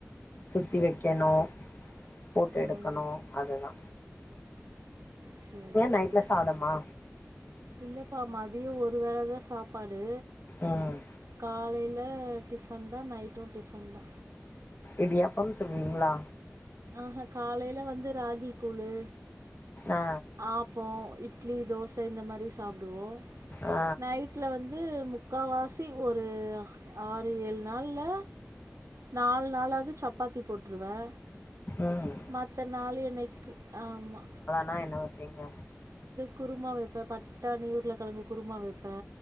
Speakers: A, on the left; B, on the right.
A: சுத்தி வைக்கணு போட்டு
B: ம்.
A: எடுக்கணு அதுதா.
B: செரி
A: நைட்டில்
B: செரி.
A: சாதமா
B: இல்லப்பா மதியோ ஒருவேளைதா சாப்பாடு
A: ம்
B: காலைல டிஃபன் தா நைட்டும் டிஃபன்தா.
A: இடியாப்பம் சுடுவீங்களா?
B: ஆஹ காலைல வந்து ராகி கூழு
A: ஆ
B: ஆப்போ இட்லி தோச இந்த மாரி சாப்டுவோ.
A: ஆ
B: நைட்ல வந்து மு க்காவாசி ஒரு ஆறு ஏழு நாள்ல நாலு நாளா து சப்பாத்தி போட்ருவே
A: ம்
B: மத்த நாளு என்னைக்கி ஆமா
A: மா என்ன வப்பீங்க?
B: குருமா வைப்பே பட் டாணி உருளக்கெழங்கு குருமா வைப்பே.